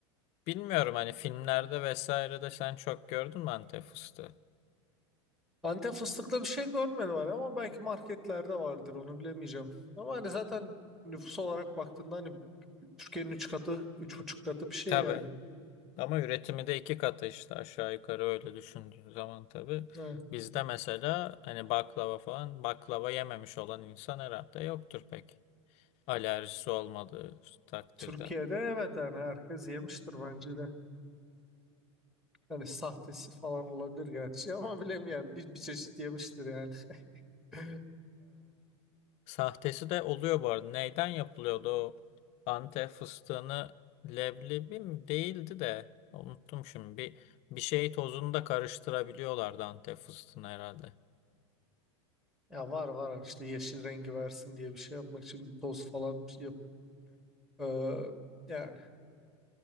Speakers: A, on the left; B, in the centre.
A: bilmiyorum hani filmlerde vesaire de sen çok gördün mü Antep fıstığı?
B: Antep fıstıklı bir şey görmedim hani ama belki marketlerde vardır onu bilemeyeceğim. Ama hani zaten nüfus olarak baktığında hani Türkiye'nin 3 katı, üç buçuk katı bir şey
A: Tabii.
B: yani.
A: Ama üretimi de iki katı işte aşağı yukarı öyle düşündüğün zaman tabii.
B: Evet.
A: Bizde mesela hani baklava falan baklava yememiş olan insan herhalde yoktur pek. Alerjisi olmadığı takdirde.
B: Türkiye'de evet yani herkes yemiştir bence de. Hani sahtesi falan olabilir gerçi ama bilemiyorum bir, bir çeşit yemiştir yani. Ee,
A: Sahtesi de oluyor bu arada. Neyden yapılıyordu o Antep fıstığını leblebi mi değildi de unuttum şimdi. Bir bir şey tozunu da karıştırabiliyorlardı Antep fıstığını herhalde.
B: ya var var hani işte yeşil rengi versin diye bir şey yapmak için toz falan bir şey yap Ee, yani